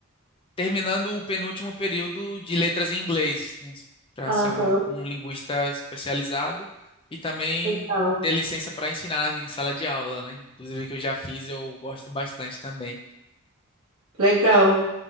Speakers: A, on the left; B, on the right.
A: terminando o penúltimo período de letras em inglês, para
B: Aham,
A: ser um, um linguista especializado e também
B: legal.
A: ter licença para ensinar em sala de aula, né? Inclusive, que eu já fiz, eu gosto bastante também.
B: Legal,